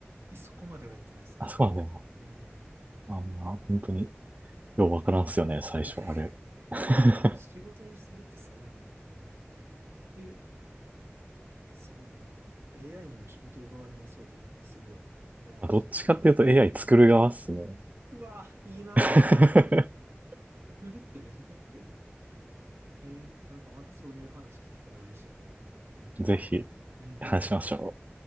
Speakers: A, on the right; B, on the right.
A: え、そこまではやってないですね。
B: あ、そうなんだよ
A: うんうん。
B: な。あまあ、本当にようわからんっすよね、最初、
A: <laughs>
B: あれ。<laughs>
A: 仕事にしてるってすごいな。うん。え、すごいな。なんか、AI にも仕事奪われなそうで、すごい、羨ましい。
B: まあどっちかっていうと AI 作る側っすね。
A: うわぁ、いいな、
B: <laughs>
A: それ。フルってめっちゃかっこいい。えーなんかまたそういう話聞けたら嬉しいかも。
B: ぜひ
A: うんうん。
B: 話しましょう。